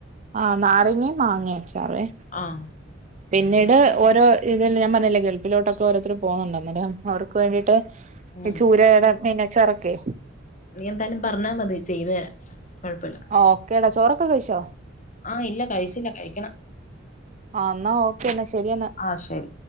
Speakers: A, on the right; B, on the left.
A: ആഹ് നാരങ്ങയും മാങ്ങ അച്ചാറുവേ
B: ആഹ്
A: പിന്നീട് ഓരോ ഇതില് ഞാൻ പറഞ്ഞില്ലേ ഗൾഫിലോട്ടൊക്കെ ഓരോരുത്തർ പോന്നൊണ്ട് അന്നേരം അവർക്ക് വേണ്ടിയിട്ട്
B: ഉം
A: ഈ ചൂരേടെ മീനച്ചാറൊക്കെ
B: നീ എന്തായാലും പറഞ്ഞാ മതി ചെയ്ത് തരാം കൊഴപ്പയില്ലാ
A: ഓക്കേടാ ചോറൊക്കെ കഴിച്ചോ
B: ആഹ് ഇല്ല കഴിച്ചില്ല കഴിക്കണം
A: ആഹ് ഇന്നാ ഓക്കെ എന്നാ ശെരിയെന്നാ
B: ആഹ് ശരി